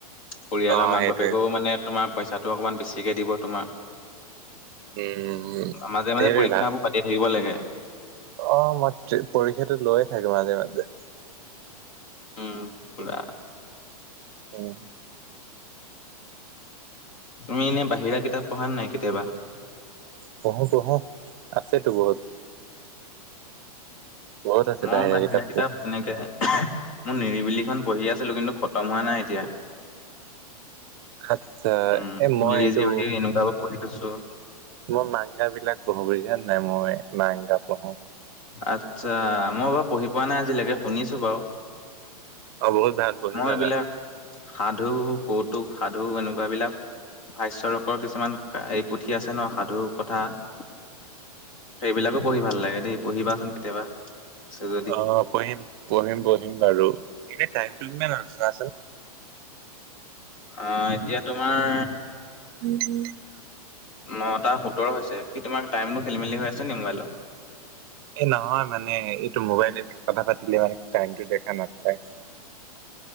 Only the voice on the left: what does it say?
পৰিয়ালৰ
মাক
বাপেক। নে তোমাৰ পইচাটো অকণমান বেছিকে দিব তোমাৰ।
মাজে মাজে
পৰীক্ষাবোৰ
পাতি থাকিব লাগে।
উম। পুৰা
তুমি এনে বাহিৰা কিতাপ পঢ়া নাই কেতিয়াবা?
মই বাহিৰা কিতাপ
তেনেকে। মোৰ নিৰিবিলি খন পঢ়ি আছিলোঁ কিন্তু খতম হোৱা নাই এতিয়া।
উম
নিৰিবিলি
এনেকা পঢ়ি থৈছোঁ।
আচ্ছা মই বাৰু পঢ়ি পোৱা নাই আজিলৈকে শুনিছোঁ বাৰু।
মই
এইবিলাক সাধু কৌতুক সাধু এনেকুৱাবিলাক। ভাস্যৰকৰ কিছুমান এই পুথি আছে ন সাধু কথা। সেইবিলাকো পঢ়ি ভাল লাগে দেই পঢ়িবাচোন কেতিয়াবা। আছে যদি
অ এতিয়া তোমাৰ।
নটা সোতৰ হৈছে কি তোমাৰ টাইমটো খেলি মেলি হৈ আছে নি মোবাইলত।